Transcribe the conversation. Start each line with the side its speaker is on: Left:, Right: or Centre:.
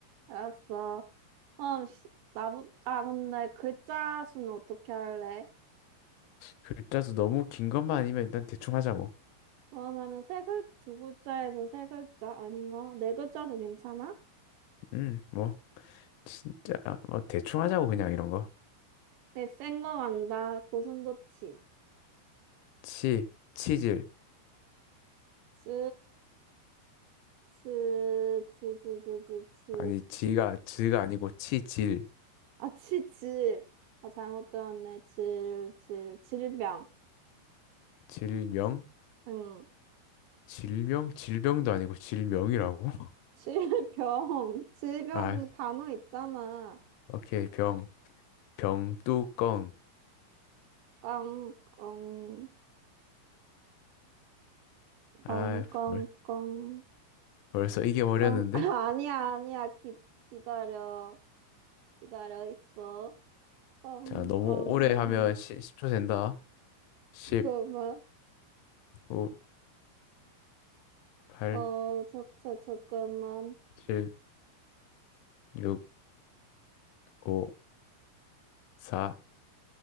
Right: 알았어. 어, 시- 나부, 아, 근데 글자 수는 어떻게 할래?
Left: 글자도 너무 긴 것만 아니면 일단 대충 하자고.
Right: 그러면은 세 글, 두 글자에서 세 글자 아닌가? 네 글자도 괜찮아?
Left: 음, 뭐, 진짜, 뭐 대충 하자고 그냥 이런 거.
Right: 네, 센거 간다. 고슴도치.
Left: 치, 치질.
Right: 즈, 즈, 즈, 즈, 즈, 즈, 즈.
Left: 아니, 지가, 지가 아니고 치질.
Right: 아, 치, 질. 아, 잘못 들었네. 질, 질, 질병.
Left: 질명?
Right: 응.
Left: 질명? 질병도 아니고 질명이라고? <laughs>
Right: 질병. <laughs> 질병
Left: 아,
Right: 단어 있잖아.
Left: 오케이, 병, 병뚜껑.
Right: 꽝, 꽝,
Left: 아,
Right: 꽝, 꽝,
Left: 벌,
Right: 꽝,
Left: 벌써 이겨버렸는데?
Right: 꽝. 아, <laughs> 아니야, 아니야. 기, 기다려. 기다려 있어. 꽝,
Left: 자, 너무
Right: 꽝.
Left: 오래 하면 10, 초 된다. 10,
Right: 잠깐만.
Left: 9, 8,
Right: 어, 저, 저, 잠깐만.
Left: 7, 6, 5, 4,